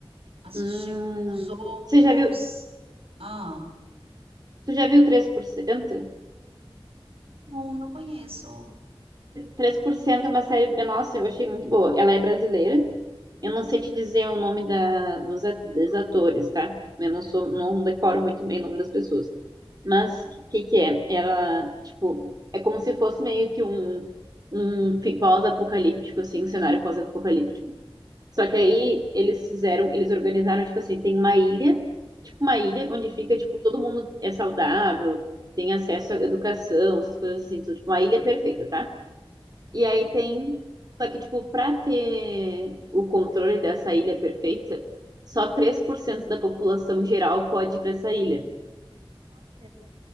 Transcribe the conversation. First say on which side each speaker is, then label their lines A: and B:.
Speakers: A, on the right; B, on the right.
A: Assisti
B: Hum,
A: os outros.
B: você já viu,
A: Ah,
B: tu já viu 3%?
A: não, não conheço.
B: três por cento é uma série. é, Nossa, eu achei muito boa. Ela é brasileira. Eu não sei te dizer o nome da, dos, a- dos atores, tá? Eu não sou, não decoro muito bem o nome das pessoas. Mas o que que é? Ela, tipo, é como se fosse meio que um, um fi- pós-apocalíptico, assim, um cenário pós-apocalíptico. Só que aí eles fizeram, eles organizaram, tipo assim, tem uma ilha, tipo uma ilha
A: Hum,
B: onde fica, tipo, todo mundo é saudável, tem acesso à educação, essas coisas assim, tudo, tipo, uma ilha perfeita, tá? E aí
A: olha,
B: tem. Só que, tipo, pra ter o controle dessa ilha perfeita, só três por cento da população geral pode ir pra essa ilha.
A: ah,